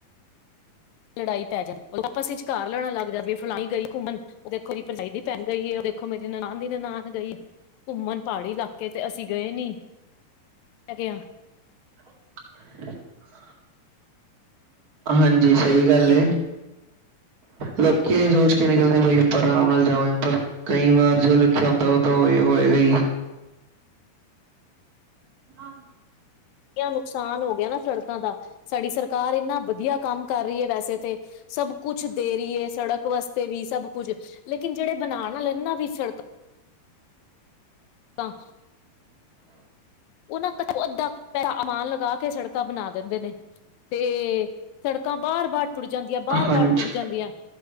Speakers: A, on the left (about 75°); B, on the right (about 30°).
A: ਲੜਾਈ ਪੈ ਜਾਂਦੀ, ਆਪਸ ਵਿਚ ਘਾਰ ਲੜਣ ਲੱਗ ਜਾ ਗੇ। ਫਲਾਈ ਗਈ ਘੁੰਮਣ। ਓ ਦੇਖੋ ਜੀ ਭਰਜਾਈ ਦੀ ਭੈਣ ਗਈ ਏ। ਓ ਦੇਖੋ ਮੇਰੀ ਨਾਨ ਦੀ ਨਾਨ ਗਈ ਏ। ਘੁੰਮਣ ਪਾੜੀ ਲਾਕੇ 'ਚ, ਅਸੀਂ ਗਏ ਨੀ, ਮੈਂ ਕਿਆ।
B: ਹ <unintelligible> ਹਾਂਜੀ, ਸਈ ਗੱਲ
A: ਜਾਣਾ
B: ਏ। ਲੋਕੀ ਏ ਸੋਚ ਕੇ ਨਿਕਲਦੇ ਬਾਈ ਆਪਾਂ ਰਾਮ ਨਾਲ ਜਾਵਾਂਗੇ, ਪਰ ਕਈ ਵਾਰ ਜੋ ਲਿਖਿਆ ਹੁੰਦਾ ਓ ਤਾਂ ਹੋਈ ਹੋਏਗਾ ਈ। ਆਹੋ।
A: ਕੇ ਆ ਨੁਕਸਾਨ ਹੋ ਗਿਆ ਨਾ ਸੜਕਾਂ ਦਾ, ਸਾਡੀ ਸਰਕਾਰ ਏਨਾ ਵਧੀਆ ਕੰਮ ਕਰ ਰਈ ਏ ਵੈਸੇ ਤੇ। ਸਭ ਕੁਛ ਦੇ ਰੀ ਏ ਸੜਕ ਵਾਸਤੇ ਵੀ ਸਭ ਕੁਝ, ਲੇਕਿਨ ਜੜੇ ਬਣਾਨ ਆਲੇ ਨਾ ਵੀ ਸੜ- ਕਾਂ। ਓਹ ਨਾ, ਕੁ ਅੱਧਾ ਪੈਅਮਾਨ ਲਗਾ ਕੇ ਸੜਕਾਂ ਬਨਾ ਦਿੰਦੇ ਨੇ। 'ਤੇ ਸੜਕਾਂ ਬਾਰ-ਬਾਰ ਟੁੱਟ ਜਾਂਦੀਆਂ, ਬਾਰ-ਬਾਰ
B: ਹਾਂਜੀ
A: ਟੁੱਟ ਜਾਂਦੀਆਂ।